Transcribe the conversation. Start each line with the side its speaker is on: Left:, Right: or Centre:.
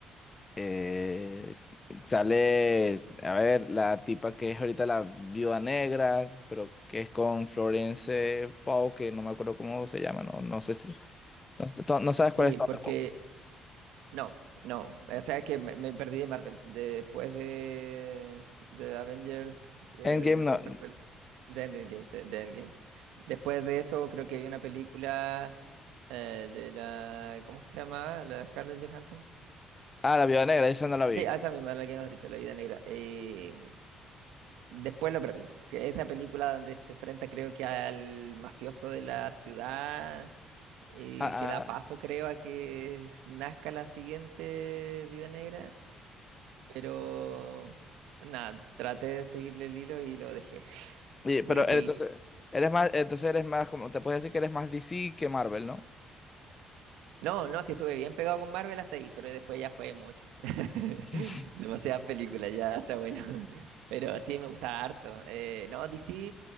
Left: eh, sale, a ver, la tipa que es ahorita la Viuda Negra, pero que es con Florence Pugh, que no me acuerdo cómo se llama, no, no sé si, no, no sabes
Right: Sí,
Left: cuál es Thunderbolts.
Right: porque No, no. O sea que me, me perdí de Marvel. Después de, de Avengers, eh,
Left: Endgame
Right: no sé
Left: no.
Right: cuál fue el. The Endgames, eh, The Endgames. Después de eso, creo que había una película eh, de la. ¿Cómo es que se llamaba? La de Scarlett Johansson.
Left: Ah, la Viuda Negra, esa no la vi.
Right: Sí, a esa misma, la que hemos dicho, La Vida Negra. Eh, después lo perdí. Que esa película donde se enfrenta, creo que al mafioso de la ciudad. Y
Left: Ah,
Right: que da
Left: ah.
Right: paso, creo, a que nazca la siguiente Vida Negra. Pero nada, traté de seguirle el hilo y lo dejé. <laughs>
Left: Oye,
Right: Tú
Left: pero
Right: lo seguiste.
Left: eres- entonces, eres más, entonces eres más como, te puedes decir que eres más DC que Marvel, ¿no?
Right: No, no, sí estuve bien pegado con Marvel hasta ahí, pero después ya fue mucho. <laughs>
Left: <laughs>
Right: Demasiadas películas, ya está bueno. <laughs> Pero sí, me gustaba harto. Eh, no, DC,